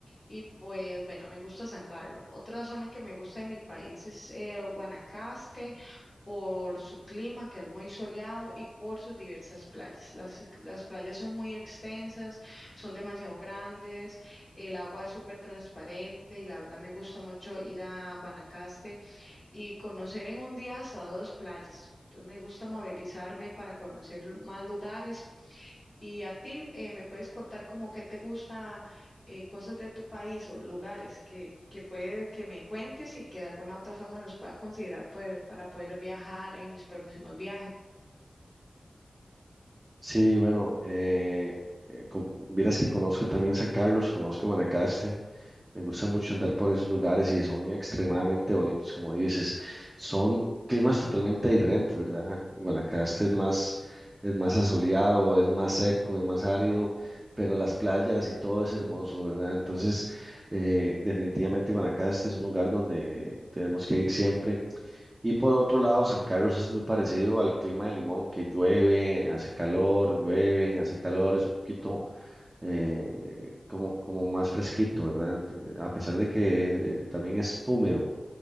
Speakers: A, on the left (about 35°); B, on the right (about 25°).
A: Y pues bueno, me gusta San Carlos. Otra zona que me gusta de mi país es eh, Guanacaste por su clima, que es muy soleado, y por sus diversas playas. Las, las playas son muy extensas, son demasiado grandes, el agua es súper transparente y la verdad me gusta mucho ir a Guanacaste y conocer en un día hasta dos playas. Entonces me gusta movilizarme para conocer más lugares. Y a ti, eh, ¿me puedes contar como qué te gusta, eh, cosas de tu país o lugares que, que puede que me cuentes y que de alguna otra forma los pueda considerar poder- para poder viajar en mis próximos viajes?
B: Sí, bueno, eh, eh, con- vieras que conozco también San Carlos, conozco Guanacaste. Me gusta mucho andar por esos lugares y son extremadamente bonitos, como dices. Son climas totalmente diferentes, ¿verdad? Guanacaste es más, es más asoleado, es más seco, es más árido, pero las playas y todo es hermoso, ¿verdad? Entonces, eh, definitivamente Guanacaste es un lugar donde tenemos que ir siempre Y por otro lado, San Carlos es muy parecido al clima de Limón, que llueve, hace calor, llueve, hace calor, es un poquito eh, como, como más fresquito, ¿verdad? Ent- A pesar de que eh, también es húmedo,